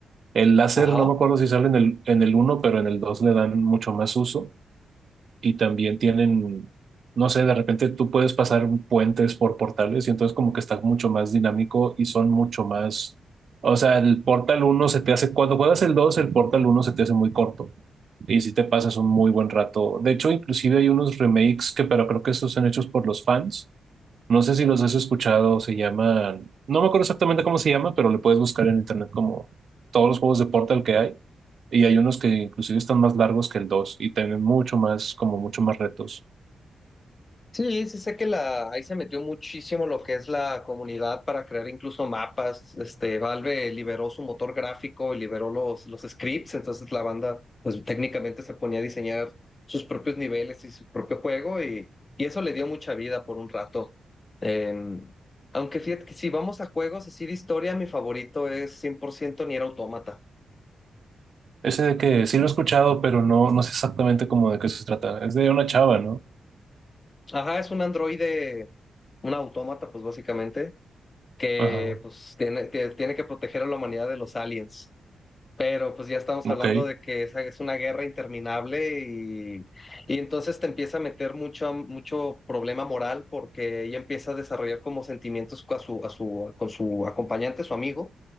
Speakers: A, on the right; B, on the left.
A: El láser,
B: Ajá.
A: no me acuerdo si sale en el, en el uno pero en el 2 le dan mucho más uso y también tienen, no sé, de repente tú puedes pasar puentes por portales y entonces como que está mucho más dinámico y son mucho más, o sea, el Portal uno se te hace, cuando juegas el dos el Portal uno se te hace muy corto y si te pasas un muy buen rato. De hecho, inclusive hay unos remakes que, pero creo que estos son hechos por los fans. No sé si los has escuchado, se llaman, no me acuerdo exactamente cómo se llama, pero le puedes buscar en internet como todos los juegos de Portal que hay y hay unos que inclusive están más largos que el 2 y tienen mucho más, como mucho más retos.
B: Sí, sí sé que la, ahí se metió muchísimo lo que es la comunidad para crear incluso mapas. Este, Valve liberó su motor gráfico y liberó los, los scripts, entonces la banda pues técnicamente se ponía a diseñar sus propios niveles y su propio juego y, y eso le dio mucha vida por un rato. Eh, aunque fíjate que si vamos a juegos así de historia, mi favorito es 100% Nier Automata.
A: Ese de que sí lo he escuchado, pero no, no sé exactamente cómo de qué se trata. Es de una chava, ¿no?
B: Ajá, es un androide, un autómata pues básicamente, que
A: Ajá.
B: pues tiene, tiene tiene que proteger a la humanidad de los aliens. Pero pues ya estamos
A: Ok,
B: hablando de que esa es una guerra interminable y, y entonces te empieza a meter mucho, mucho problema moral porque ella empieza a desarrollar como sentimientos con su, a su, con su acompañante, su amigo,